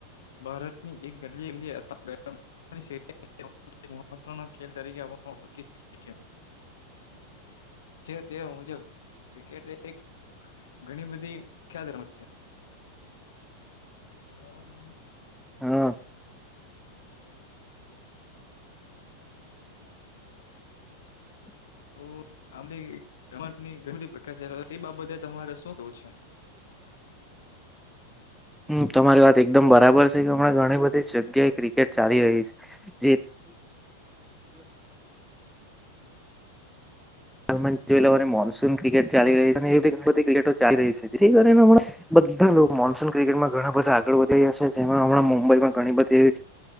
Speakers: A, on the left; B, in the centre.
A: ભારત ની એક ગલી-ગલી એ <unintelligible> <unintelligible> <inaudible> મહત્વ ખેલ તરીકે ઓળખી શકીએ છીએ. તે મુજબ ક્રિકેટ એક ઘણી બધી પ્રખ્યાત રમત છે. મારો આવાજ આવે છે.
B: હમ. <inaudible>
A: તો આપડી રમતની ઘણી બધી પ્રકાર છે તે બાબતે તમારે શું કેવું છે.
B: હમ્મ. તમારી વાત એકદમ બરાબર છે કે હમણાં ઘણી બધી જગ્યાએ ક્રિકેટ ચાલી રહી છે, જે હાલમાં જોઈ લવાને મોનસૂન ક્રિકેટ ચાલી રહી છે, એને એવી બધી ક્રિકેટો ચાલી રહી છે જે થી કરી ને બધા લોકો મોનસૂન ક્રિકેટમાં ઘણા બધા આગળ વધી રયા હશે જેમાં હમણાં મુંબઈમાં ઘણી બધી